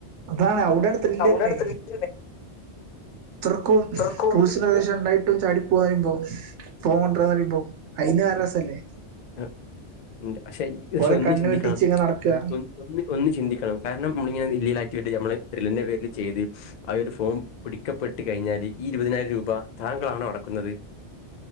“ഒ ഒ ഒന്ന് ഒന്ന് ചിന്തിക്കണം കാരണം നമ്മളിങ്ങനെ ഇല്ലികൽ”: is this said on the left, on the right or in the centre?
Left